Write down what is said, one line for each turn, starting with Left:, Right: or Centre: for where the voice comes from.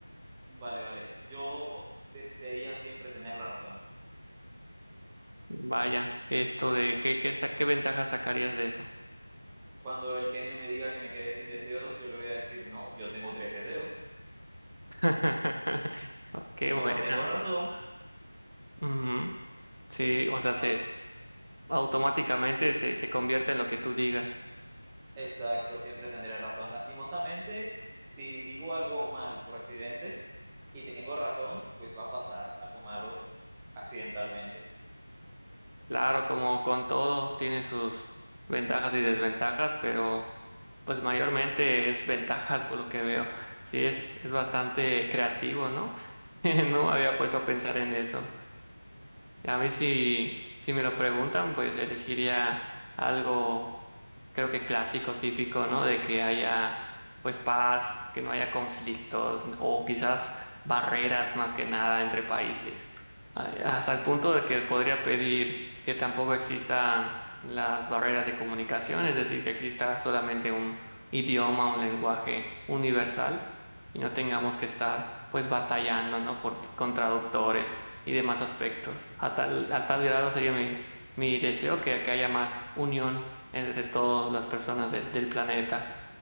Centre: Vale, vale. Yo desearía siempre tener la razón.
Right: Vaya, esto de qué, qué, sa- qué ventajas sacarías de eso.
Centre: Cuando el genio me diga que me quedé sin deseos, yo le voy a decir no, yo tengo tres deseos.
Right: <laughs> Qué
Centre: Y
Right: buena.
Centre: como tengo razón,
Right: Ujú. Sí, o sea,
Centre: no,
Right: se automáticamente se, se convierte en lo que tú digas.
Centre: Exacto, siempre tendré razón. Lastimosamente, si digo algo mal por accidente y tengo razón, pues va a pasar algo malo accidentalmente.
Right: Claro, como con todo, tiene sus ventajas y desventajas, pero pues mayormente es ventajas por lo que veo. Sí, es, es bastante creativo, ¿no? <laughs> No me había puesto a pensar en eso. A mí si, si me lo preguntan, pues elegiría algo creo que clásico, típico, ¿no? De que haya pues paz, que no haya conflictos o quizás barreras más que nada entre países. Ay, Hasta el punto de que podría pedir que tampoco existan las barreras de comunicación, es decir, que exista solamente un idioma, un lenguaje universal y no tengamos que estar pues batallando, ¿no? Por, con traductores y demás aspectos. A tal, a tal grado sería mi, mi deseo que que haya más unión entre todas las personas del del planeta.